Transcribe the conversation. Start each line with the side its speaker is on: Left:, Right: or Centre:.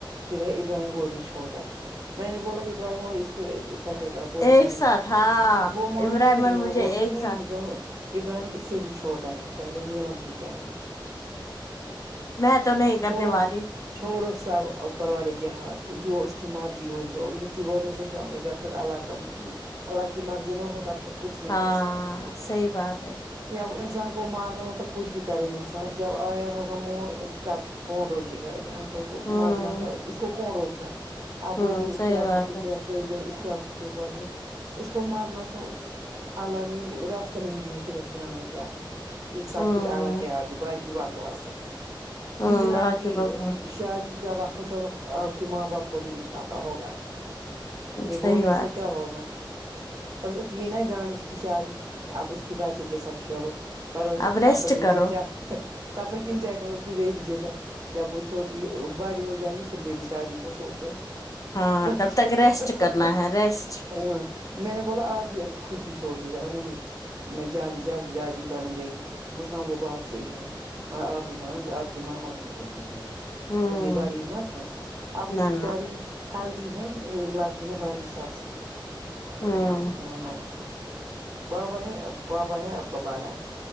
Right: پھر ہے ابراہیم وہ ابھی چھوٹا ہے میں نے بولا ابراہیم اور اس کو اکٹھے بولتے
Left: ایک
Right: نہیں
Left: ساتھ ہاں
Right: وہ مانتی
Left: ابراہیمر
Right: نہیں
Left: مجھے
Right: وہ بولتے
Left: ایک
Right: ہیں نہیں
Left: ساتھ
Right: ابراہیم اس سے بھی چھوٹا ہے پہلے نیلم کی کرے گی
Left: میں تو نہیں کرنے
Right: چھوڑو
Left: والی
Right: چھوڑو سب اوپر والے کے ہاتھ میں جو اس کی مرضی وہی ہوگا ان کے بولنے سے کیا ہوگا جب تک اللہ کا اللہ کی مرضی نہ ہو تب کچھ نہیں
Left: ہاں
Right: ہو سکتا ہے
Left: صحیح بات ہے
Right: جب انسان کو مرنا ہو تو کچھ بھی کرے انسان جب آیا ہوگا موت تب کون روکے گا انکل کو
Left: ہوں
Right: مرنا تھا اس کو کون روکتا آپ
Left: ہوں
Right: بولتے ہیں اس
Left: صحیح
Right: ڈاکٹر
Left: بات
Right: کے
Left: ہے
Right: پس لے جائے اس ڈاکٹر کے پاس اس کو مرنا تھا اللہ نے راستہ نہیں دیا کدھر سے جانا ہے کیا کرنا ہے یہ سب
Left: ہوں
Right: کچھ اللہ کے ہاتھ میں باقی بکواس ہے
Left: ہوں
Right: جس دن
Left: باقی
Right: آپ کی
Left: بگوان
Right: شادی کا وقت ہوگا آپ کے ماں باپ کو بھی نہیں پتہ ہوگا
Left: صحیح
Right: یہ بولنے
Left: بات
Right: سے کیا
Left: ہے،
Right: ہوگا اب تو کی ہے نا ہے دانش کی شادی اب اس کی بچے کے ساتھ کھیلو کرو
Left: اب ریسٹ
Right: تب تک
Left: کرو
Right: انجوائے تب تک انجوائے کرو بیٹی کے ساتھ جب وہ چھوٹی بڑی ہو جائے گی پھر میری شادی کا سوچو
Left: ہاں
Right: اور
Left: تب
Right: کیا
Left: تک ریسٹ کرنا ہے ریسٹ
Right: ہاں میں نے بولا آپ بھی ابھی خود بھی چھوڑی تھے نہیں میں جلدی جلدی دادی بن گئی ہاں وہ بہت صحیح ہے ہاں آپ بھی ہو نا آپ کی ماما بھی چھوٹی ہے ابھی
Left: ہوں
Right: اتنی بڑی مت ہے اب
Left: نہ
Right: یہ بچاری
Left: نہ
Right: ہلدی ہے یہ لگتی ہیں بڑی سب سے ورنہ
Left: ہوں
Right: آپ کی ماما بھی چھوٹی ہیں بابا ہے بابا ہے آپ کا بڑا